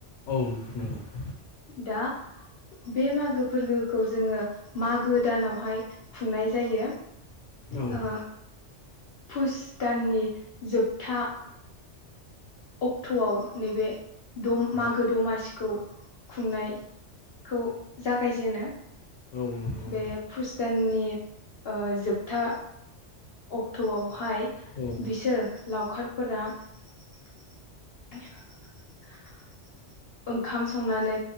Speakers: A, on the left; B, on the left.
A: औ नंगौ
B: दा बे मागो फोरबोखौ जोङो मागो दानावहाय खुंनाय जायो।
A: औ
B: ओ पुस दाननि जोबथा अक्ट'आव नैबे दम मागो
A: औ
B: दमासिखौ खुंनायखौ जागायजेनो।
A: औ नंगौ
B: बे फुस दाननि जोबथा अक्ट'आवहाय
A: औ
B: बिसोर लावखारफोरा <inaudible> ओंखाम संनानै